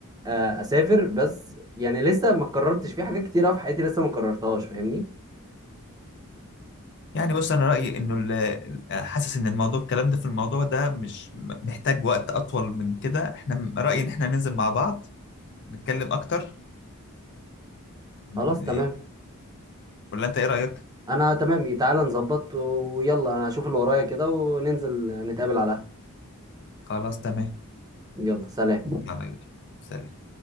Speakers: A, on the right; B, on the left.
A: آه، اسافر بس يعني لسه ما قررتش في حاجات كتيرة في حياتي لسه ما قررتهاش فاهمني
B: يعني بص انا رايي انه ال- ال- حاسس ان الموضوع الكلام ده في الموضوع ده مش م- محتاج وقت اطول من كده احنا م- رايي ان احنا ننزل مع بعض نتكلم اكتر م-
A: خلاص تمام
B: ولا انت ايه رايك
A: انا تمام تعالى نظبط ويلا انا اشوف اللي ورايا كده وننزل نتقابل على القهوة.
B: خلاص تمام
A: يلا سلام
B: يلا يا يوسف. سلام